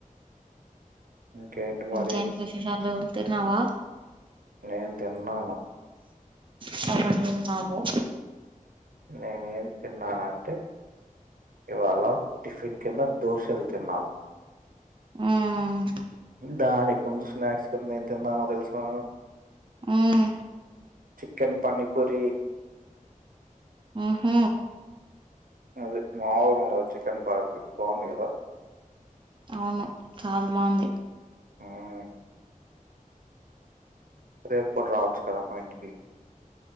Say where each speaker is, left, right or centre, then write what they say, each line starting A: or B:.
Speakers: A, on the right (about 80°); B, on the right (about 35°).
A: ఇంకేంటి మరి?
B: ఇకేంట్ విశేషాలు తిన్నావ.
A: నేను తిన్నాను.
B: సామాన్యుల్ నాగు
A: నేనేం తిన్నానంటె ఇవాళ టిఫిన్ కింద దోసెలు తిన్నను
B: హ్మ్
A: దానికి ముందు స్నాక్స్ కింద ఎం తిన్నానో తెలుసా
B: ఊమ్.
A: చిక్కెన్ పానీపూరీ.
B: ఊహు
A: అది మాములుగుండదు చికన్ పానీపూరి బాగుంది గదా.
B: ఔను చాల్ బాంది.
A: మ్మ్. రేపు కూడ్ రావచ్చు కద మా ఇంటికి.